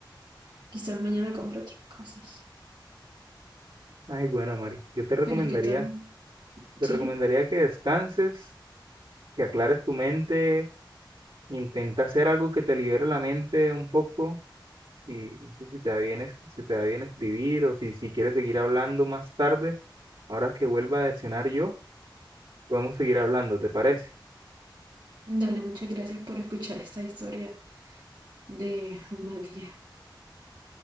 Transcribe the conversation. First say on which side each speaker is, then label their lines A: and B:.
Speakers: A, on the right; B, on the right.
A: Quizás mañana compre otras cosas.
B: ay, bueno, Mari, yo te recomendaría,
A: Pero es que todo,
B: te
A: sí.
B: recomendaría que descanses, que aclares tu mente, intenta hacer algo que te libere la mente un poco. Si, no sé si te da bien, es- si te da bien escribir o si, si quieres seguir hablando más tarde, ahora que vuelva a cenar yo, podemos seguir hablando, ¿te parece?
A: Dale, muchas gracias por escuchar esta historia de un mal día.